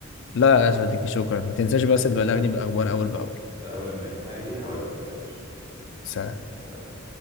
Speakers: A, on the left; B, on the right.
A: لا يا صديقي شكرا ما تنساش بس تبلغني بالأخبار أول بأول
B: اول لما في حاجة جديدة هقول لك متقلقش
A: سلام
B: سلام.